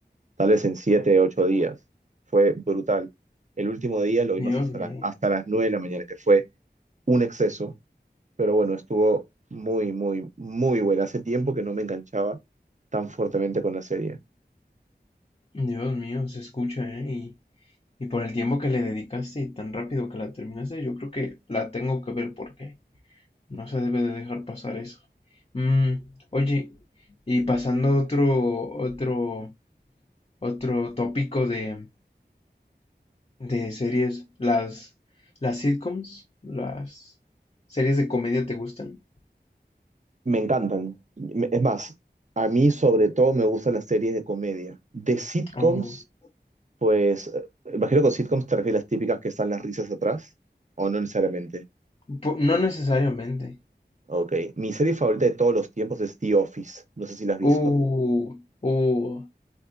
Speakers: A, on the right; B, on the left.
A: tal vez en siete, ocho días. Fue brutal. El último día lo vimos
B: Dios
A: hasta,
B: mío,
A: la- hasta las nueve de la mañana, que fue exceso, pero bueno, estuvo muy, muy, muy buena. Hace tiempo que no me enganchaba tan fuertemente con la serie.
B: Dios mío, se escucha, ¿eh? Y, y por el tiempo que le dedicaste y tan rápido que la terminaste, yo creo que la tengo que ver porque No se debe de dejar pasar eso. Mm, oye, y pasando otro, otro, otro tópico de, de series, las, las sitcoms, las series de comedia te gustan.
A: Me encantan. Me- Es más, a mí sobre todo me gustan las series de comedia. De sitcoms
B: Oh,
A: Pues, eh, imagino que con sitcoms te refieres a las típicas que están las risas atrás, o no necesariamente.
B: po- no necesariamente.
A: Ok, mi serie favorita de todos los tiempos es The Office, no sé si la has visto.
B: Uh, uh,